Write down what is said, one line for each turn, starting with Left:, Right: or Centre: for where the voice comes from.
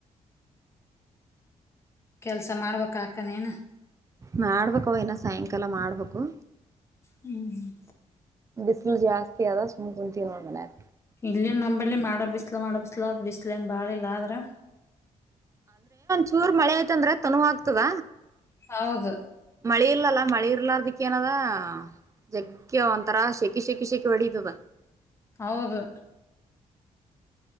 Left: ಕೆಲ್ಸ ಮಾಡ್ಬೇಕ ಆಕ ಏನು
Right: ಮಾಡ್ಬೇಕ ಅವ ಇನ ಸಾಯಂಕಾಲ ಮಾಡ್ಬೇಕು
Left: ಹ್ಮ್ ಹ್ಮ್
Right: ಬಿಲು ಜಾಸ್ತಿ ಅದ ಸುಮ್ ಕುಂತೀವಿ ನೋಡ್ ಮನ್ಯಾಗ
Left: ಇಲ್ಲಿನ್ ನಂಬಲ್ಲಿ ಮಾಡ ಬಿಸ್ಲ ಮಾಡ ಬಿಸ್ಲಾ ಬಿಸ್ಲ ಏನ್ ಬಾಳ ಇಲ್ಲ ಆದ್ರೆ
Right: ಚೂರ್ ಮಳೆ ಐತಂದ್ರೆ ತನೋ ಆಗ್ತದ
Left: ಹೌದ
Right: ಮಳಿ ಇರ್ಲಲ್ಲ ಮಳಿ ಇರ್ಲಾರದಕ್ಕ ಏನದ ಜಗ್ಗೆ ಒಂತರಾ ಶೆಕಿ ಶೆಕಿ ಶೆಕೆ ಹೊಡಿತದ
Left: ಹೌದು